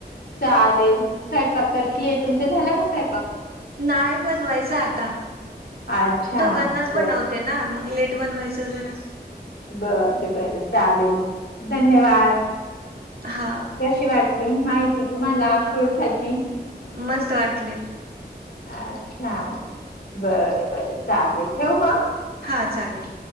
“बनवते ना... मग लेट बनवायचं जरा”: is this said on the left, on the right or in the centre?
Right